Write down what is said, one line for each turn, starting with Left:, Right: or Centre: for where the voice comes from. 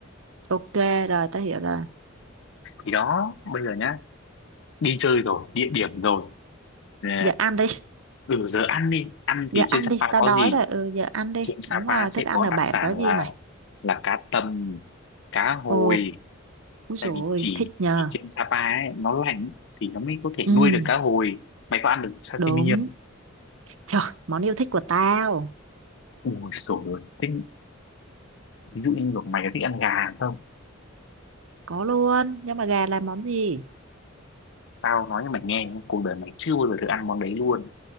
Right: ok rồi tao hiểu rồi
Left: thì đó bây giờ nhá đi chơi rồi địa điểm rồi Ờ,
Right: giờ ăn đi
Left: ừ giờ ăn đi ăn
Right: giờ
Left: thì trên
Right: ăn
Left: Sapa
Right: đi tao
Left: có
Right: đói
Left: gì
Right: rồi ừ giờ ăn đi
Left: trên Sapa
Right: đúng rồi
Left: sẽ
Right: thức ăn
Left: có
Right: ở bản
Left: đặc sản
Right: có gì
Left: là
Right: mày
Left: là cá tầm cá hồi
Right: ồ úi dồi
Left: tại vì chỉ
Right: thích nhờ
Left: chỉ trên Sapa ấy, nó lạnh thì nó mới có thể
Right: ừ
Left: nuôi được cá hồi mày có ăn được sashimi
Right: đúng
Left: không
Right: trời món yêu thích của tao
Left: ui sổ rồi thế, ví dụ như kiểu mày có thích ăn gà không
Right: có luôn nhưng mà gà làm món gì
Left: tao nói cho mày nghe cuộc đời mày chưa bao giờ được ăn món đấy luôn